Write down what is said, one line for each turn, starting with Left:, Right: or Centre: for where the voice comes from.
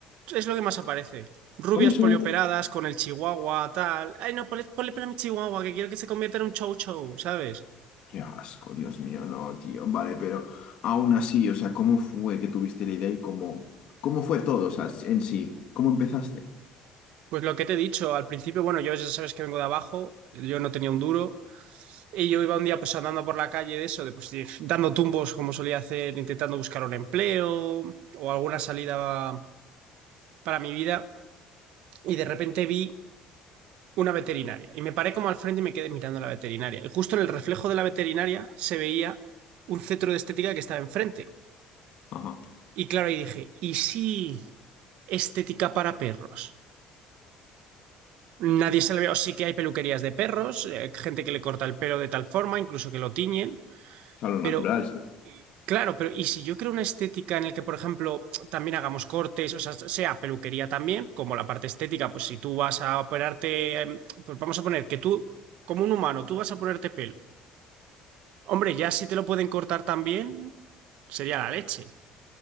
Right: es lo que más aparece. Rubias
Left: Por eso...
Right: polioperadas con el chihuahua, tal. Ay, no, ponle, ponle pelo a mi chihuahua, que quiero que se convierta en un chow chow, ¿sabes?
Left: Qué asco, Dios mío, no, tío. Vale, pero aún así, o sea, ¿cómo fue que tuviste la idea y cómo, cómo fue todo, o sea, en sí? ¿Cómo empezaste?
Right: Pues lo que te he dicho, al principio, bueno, yo ya sabes que vengo de abajo, yo no tenía un duro, y yo iba un día pues andando por la calle de eso, de, pues de- dando tumbos como solía hacer, intentando buscar un empleo o alguna salida para mi vida, y de repente vi una veterinaria. Y me paré como al frente y me quedé mirando a la veterinaria. Y justo en el reflejo de la veterinaria se veía un centro de estética que estaba enfrente.
Left: Ajá. O
Right: Y claro, ahí dije, ¿y si estética para perros? Nadie se le ve, o sí que hay peluquerías de perros, eh, gente que le corta el pelo de tal forma, incluso que lo tiñen,
Left: sea, lo natural.
Right: pero eh, claro, pero ¿y si yo creo una estética en la que, por ejemplo, también hagamos cortes, o sea, sea peluquería también, como la parte estética, pues si tú vas a operarte, eh, pues vamos a poner que tú, como un humano, tú vas a ponerte pelo Hombre, ya si te lo pueden cortar también, sería la leche.